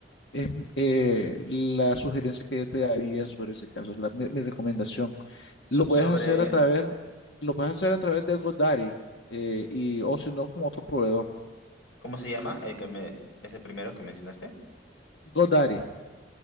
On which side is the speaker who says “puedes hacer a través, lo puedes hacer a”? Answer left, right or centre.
Left